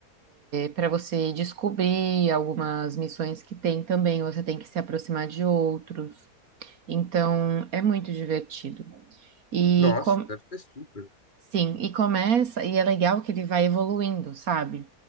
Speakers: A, on the right; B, on the left.
A: para você descobrir algumas missões que tem também. Você tem que se aproximar de outros. Então, é muito divertido. E
B: Nossa,
A: com-
B: deve ser super.
A: Sim, e começa, e é legal que ele vai evoluindo, sabe?